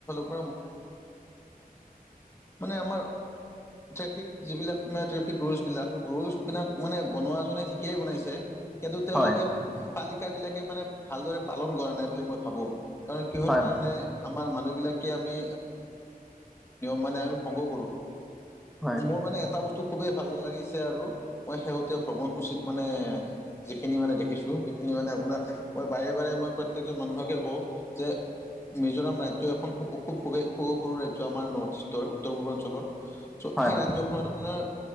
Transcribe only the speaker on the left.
ক ম আ <unintelligible> ট্ৰেফিক, যিবিলাক মানে ট্ৰেফিক ৰুলচবিলাক- ৰুলচবিলাক মানে বনোৱাজনে ঠিকেই বনাইছে। কিন্তু তেওঁলোকে
পালিকা বিলাকে মানে ভালদৰে পালন কৰা নাই বুলি মই ভাবো কাৰণ কিহৰ
কাৰণে
আমাৰ মানুহবিলাক এতিয়া আমি ম ভংগ কৰো
ম ম এ টো খুবেই ভাল লাগিছে আৰু মই শেহতীয়া ভ্ৰমণসূচীত মানে যিখিনি মানে দেখিছোঁ, সেইখিনি মানে আপোনাৰ মই বাৰে-বাৰে মই প্ৰত্যেকজন মানুহকে কওঁ, যে মিজোৰাম ৰাজ্য এখন খুৱ-খুৱেই সৰু-সৰু ৰাজ্য আমাৰ নৰ্থ ইষ্টৰ, উত্তৰ পূৰ্বাঞ্চলৰ। চ'
সেই
ৰাজ্যখনত আপোনাৰ